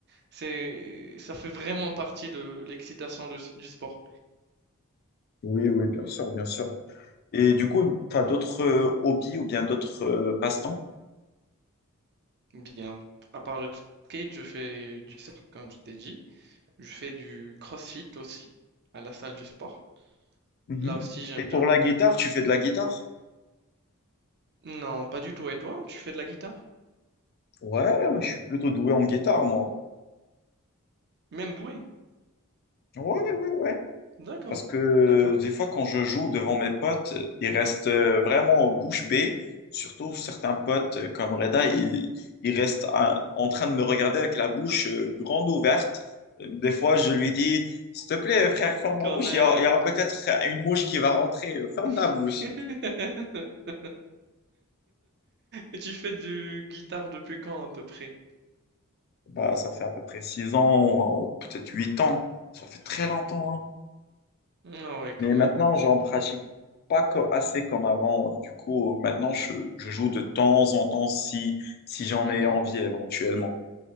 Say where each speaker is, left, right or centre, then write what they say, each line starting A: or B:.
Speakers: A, on the right (about 50°); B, on the left (about 45°).
A: C'est, ça fait vraiment partie de l'excitation de s- du sport.
B: Oui, oui, bien sûr, bien sûr. Et du coup, tu as d'autres euh, hobbies ou bien d'autres euh, passe-temps?
A: Bien, à part le skate, je fais du surf, comme je t'ai dit. Je fais du crossfit aussi, à la salle du sport.
B: Mhm.
A: Là aussi, j'aime
B: Et pour
A: bien.
B: la guitare, tu fais de la guitare?
A: Non, pas du tout. Et toi, tu fais de la guitare?
B: Ouais, ouais, je suis plutôt doué en guitare, moi.
A: Même doué?
B: Ouais, ouais, ouais.
A: D'accord,
B: Parce que
A: d'accord.
B: des fois, quand je joue devant mes potes, ils restent euh, vraiment bouche bée. Surtout certains potes euh, comme Reda, ils, ils restent euh, en train de me regarder avec la bouche euh, grande ouverte. Euh, Des fois, je lui dis, s'il te plaît, frère, ferme
A: Quand
B: la bouche.
A: même.
B: Il y aura, il y aura peut-être une mouche qui va rentrer. Euh, Ferme ta
A: <laughs>
B: bouche.
A: Et tu fais du guitare depuis quand à peu près?
B: Bah, ça fait à peu près six ans, euh, ou peut-être huit ans. Ça fait très longtemps, hein.
A: Ah ouais, quand
B: Mais
A: même.
B: maintenant, j'en pratique pas co- assez comme avant. Du coup, maintenant, je, je joue de temps en temps si, si j'en
A: Mhm.
B: ai envie éventuellement.